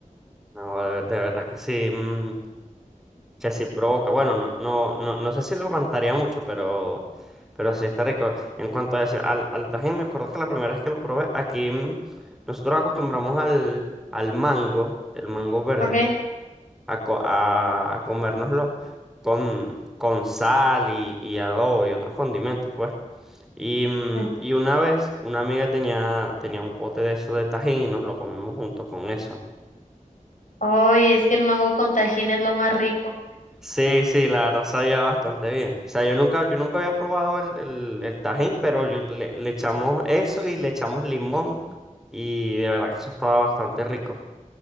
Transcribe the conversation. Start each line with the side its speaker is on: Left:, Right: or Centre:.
Centre: No, de de verdad que sí. mm, que sí provoca. Bueno, no, no, no, no sé si lo aguantaría mucho, pero, pero sí está rico. En cuanto a ese, al, al tajín, me acuerdo que la primera vez que lo probé, aquí mm, nosotros acostumbramos al, al mango, el mango verde,
Left: ¿Ok?
Centre: a, co- a, a comérnoslo con, con sal y, y adobo y otros condimentos, pues. Y, mm,
Left: Mm.
Centre: y una vez una amiga tenía, tenía un pote de eso de tajín y nos lo comimos junto con eso.
Left: Ay, es que el mango con tajín es lo más rico.
Centre: Sí, sí, la verdad sabía bastante bien. O sea, yo nunca, yo nunca había probado el, el, el tajín, pero yo- le, le echamos eso y le echamos limón y de verdad que eso estaba bastante rico.